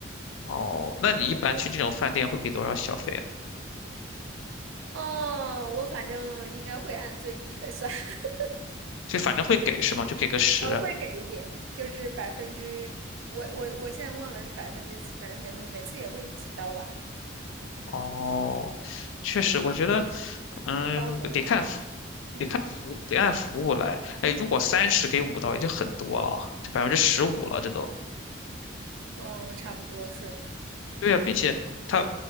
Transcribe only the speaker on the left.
哦，那你一般去这种饭店会给多少小费啊？
就反正会给是吗？就给个十。
哦，
确实，我觉得，嗯，
得看，
得看服务得按服务来。哎，如果三十给五刀已经很多了，这百分之十五了，这都。
对呀，
并且他